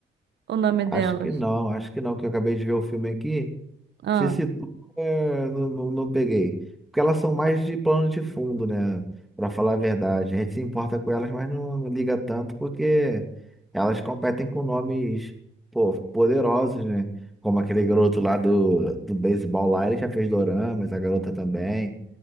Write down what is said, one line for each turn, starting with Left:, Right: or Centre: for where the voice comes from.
Right: o nome delas.
Centre: acho que não, acho que não, que eu acabei de ver o filme aqui.
Right: Ah,
Centre: Se situa, é, não, não, não peguei. Porque elas são mais de plano de fundo, né? Pra falar a verdade. A gente se importa com elas, mas não, não liga tanto porque elas competem com nomes, pô, poderosos, né? Como aquele garoto lá do, do beisebol lá, ele já fez doramas, a garota também.